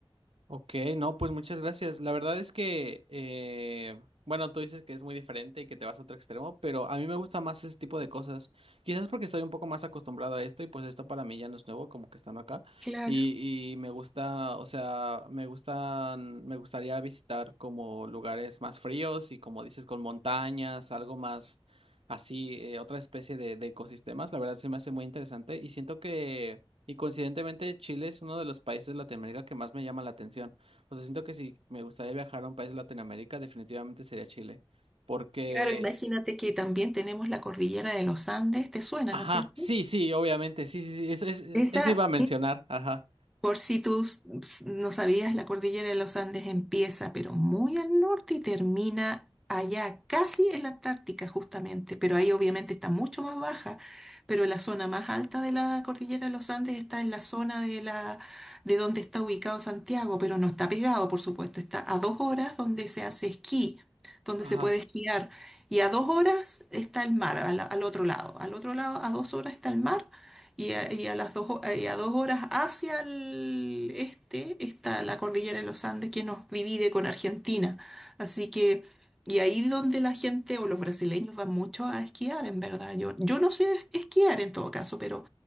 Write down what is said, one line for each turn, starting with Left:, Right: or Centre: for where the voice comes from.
Right: Ok, no, pues muchas gracias. La verdad es que, eh, bueno, tú dices que es muy diferente y que te vas a otro extremo, pero a mí me gusta más ese tipo de cosas. Quizás porque estoy un poco más acostumbrado a esto y pues esto para mí ya no es nuevo, como que estando acá.
Centre: Claro.
Right: Y, y me gusta, o sea, me gustan, me gustaría visitar como lugares más fríos y como dices, con montañas, algo más así, eh, otra especie de, de ecosistemas. La verdad se me hace muy interesante y siento que... Y coincidentemente Chile es uno de los países de Latinoamérica que más me llama la atención. O sea, siento que si me gustaría viajar a un país de Latinoamérica, definitivamente sería Chile. Porque,
Centre: Claro, imagínate que también tenemos la cordillera de los Andes, ¿te suena,
Right: ajá,
Centre: no es cierto?
Right: sí, sí, obviamente, sí, sí, sí, eso, es-
Centre: Esa,
Right: eso iba a mencionar, ajá,
Centre: Por si tú s- s- no sabías, la cordillera de los Andes empieza, pero muy al norte y termina allá, casi en la Antártica, justamente. Pero ahí obviamente está mucho más baja. Pero la zona más alta de la cordillera de los Andes está en la zona de la, de donde está ubicado Santiago, pero no está pegado, por supuesto. Está a dos horas donde se hace esquí, donde
Right: ajá.
Centre: se puede esquiar. Y a dos horas está el mar, al al otro lado. Al otro lado, a dos horas está el mar. Y a, y a las dos, ho- y a dos horas hacia el este está la cordillera de los Andes que nos divide con Argentina. Así que, y ahí donde la gente o los brasileños van mucho a esquiar, en verdad. Yo, yo no sé esquiar en todo caso, pero,